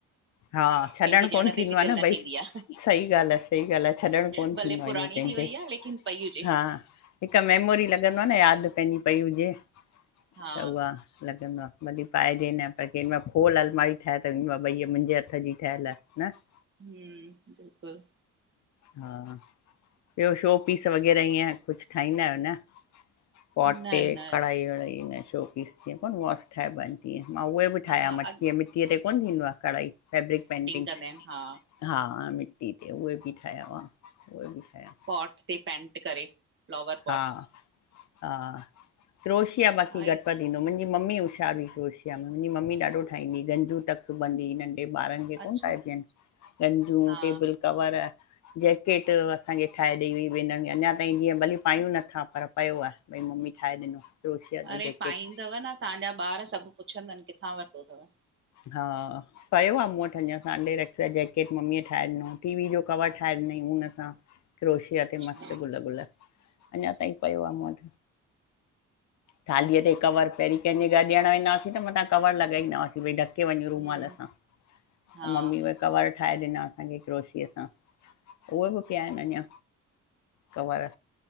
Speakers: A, on the left; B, on the right.
A: हा
B: कंहिंखे
A: छॾणु कोन
B: ॾियण
A: थींदो
B: ते बि
A: आ
B: दिलि
A: न भई
B: थींदी आहे
A: सही ॻाल्ह आ सही ॻाल्ह आ छॾणु कोन
B: भले
A: थींदो आ।
B: पुराणी
A: भयो <unintelligible> कंखे
B: थी वई आ लेकिन पई हुजे
A: हा -- हिकु मेमोरी लॻंदो आ न यादि पहिंजी पई हुजे त
B: हा
A: उहा। लॻंदो आ भली पाइजे न पर कं खोल अलमारी ठाहे त ईंदो आ भई मुंहिंजे -- हथ जी ठहियल आहे न --
B: हम्म बिल्कुलु --
A: हा -- ॿियो शो पीस वग़ैरह ईअं कुझु ठाहींदा आहियो न। पोट
B: न
A: ते
B: न
A: कढ़ाई अढ़ाई न शो पीस ते वॉश ठाईंबा आहिन -- मां उहे बि ठाहियां
B: हा
A: मटकीअ
B: अॻ
A: मिटीअ ते कोन्ह थींदो आहे कढ़ाई फैब्रिक पेंटिंग।
B: कंदा आहिन हा
A: हा मिटी ते उहे बि ठाहिया हुआ उहे बि ठाहिया।
B: पोट ते पेंट करे फ्लॉवर पोट्स।
A: हा हा क्रोशिया बाक़ी
B: आई
A: घटमथे इंदो मुंहिंजी मम्मी हुशार हुई। क्रोशिया में मुंहिंजी मम्मी ॾाढो ठाही गंजू तक ॿंधी नंढे ॿारन --
B: अच्छा
A: कोन थ <unintelligible> गंजू
B: हा
A: टेबल कवर -- जेकेट असांखे ठाहे ॾेई हुई भेनर जनि अञा ताईं जीअं भली पायूं नथा पर पयो आ। भई मम्मी ठाहे ॾिनो। क्रोशिया जो
B: अड़े
A: जैकेट
B: पाईंदव न तव्हांजा ॿार सभु पुछंदन किथां वरितो अथव।
A: हा -- पियो आ मूं वटि अञा सांभे रखियो आहे जेकेट मम्मीअ ठाहे ॾिनो टी वी जो कवर ठाहे ॾिनईं हुनसां -- क्रोशिया
B: अच्छा
A: ते मस्तु गुल गुल अञा ताईं पियो आ मूवट। थालीअ ते कवर पहिरीं कंहिंजे घरु ॾियणु वेंदा हुसीं त मथां कवर लॻाईंदा हुआसीं भई डक -- ढके वञूं
B: हम्म
A: रूमाल सां त
B: हा
A: ममी व -- कवर ठाहे ॾिना असांखे क्रोशीअ सां उहे बि पया आहिन अञा। कवर